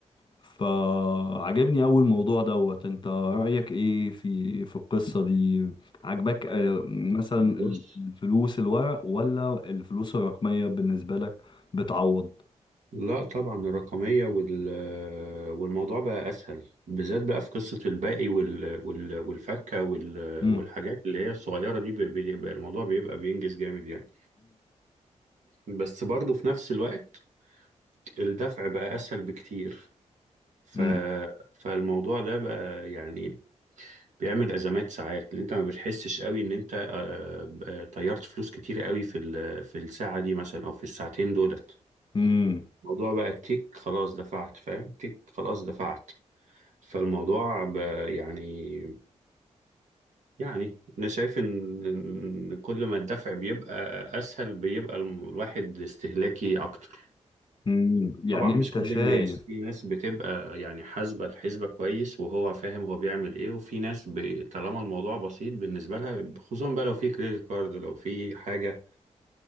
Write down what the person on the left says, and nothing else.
فعجبني أوي الموضوع دوت انت رأيك ايه في في القصة دي عجبك آه، مثلا ال-
الفلوس الورق ولا الفلوس الرقمية بالنسبة لك بتعوض
امم
امم
امم
مم. يعني
انت
شايف